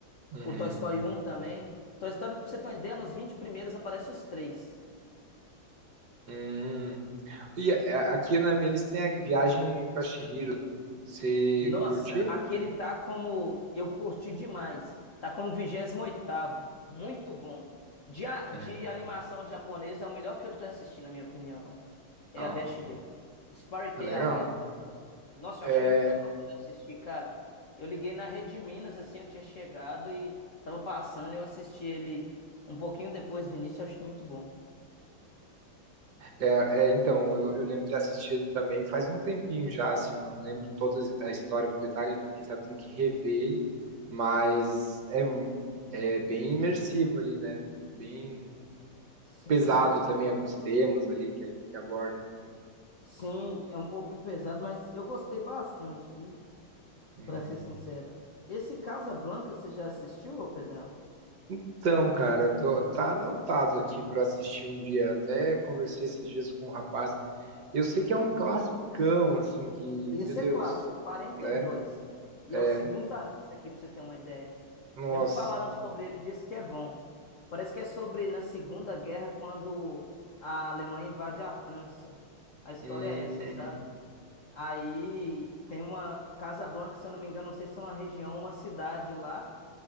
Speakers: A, on the right; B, on the left.
A: Uhum.
B: o Toy Story 1 também. Toy Story, pra você ter uma ideia, nos 20 primeiros aparece os três.
A: Hum. E é, é, aqui na minha lista tem a Viagem pra Chihiro. Você
B: Nossa,
A: curtiu?
B: aqui ele tá como. Eu curti demais. Tá como vigésimo oitavo. Muito bom. De, a-
A: É.
B: de animação japonesa é o melhor que eu já assisti, na minha opinião. É
A: Ó,
B: a Via Spirited
A: tá legal.
B: Away. Nossa, eu
A: É,
B: achei muito legal quando eu assisti, cara. Eu liguei na Rede Minas, assim, eu tinha chegado e tava passando, eu assisti ele um pouquinho depois do início, eu achei muito bom.
A: é, é, então, eu, eu lembro de ter assistido também faz um tempinho já, assim, não lembro toda a história com detalhe, quem sabe tem que rever ele, mas é, é bem imersivo ali, né? Bem
B: Sim,
A: pesado também alguns temas ali que, que aborda.
B: sim, é um pouquinho pesado, mas eu gostei bastante, viu?
A: Uhum.
B: Pra ser sincero. Esse Casablanca você já assistiu, ô Pedrão?
A: Então, cara, tô- tá anotado aqui pra assistir um dia. Até conversei esses dias com um rapaz Eu sei que é um classicão, assim, que,
B: Esse
A: meu Deus,
B: é clássico, quarenta
A: né?
B: E dois e
A: É,
B: é o segundo da lista aqui, pra você ter uma ideia.
A: nossa,
B: Já me falaram sobre ele, disse que é bom. Parece que é sobre na Segunda Guerra, quando a Alemanha invade a França. A história
A: hum,
B: é essa, sabe? Aí tem uma Casablanca, se eu não me engano, não sei se é uma região, uma cidade lá,